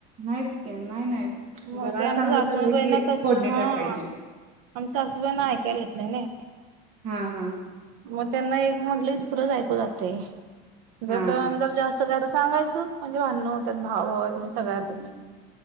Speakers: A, on the right; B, on the right.
A: नाहीच की नाही नाही
B: मग
A: जरा
B: ते आमच्या
A: चांगलं
B: सासूबाईंना
A: चाललंय की
B: कसं
A: फोडणी
B: हा
A: टाकायची.
B: आमच्या सासूबाईना ऐकायला येत नाही नाई.
A: हम् हम्..
B: मग त्यांना एक म्हटलं की दुसरंच ऐकू जातय
A: हा
B: त्या तर अंतर जास्त काय तर सांगायचं. म्हणजे भांडण होत्यात भावा भावानी सगळ्यातच
A: हम्म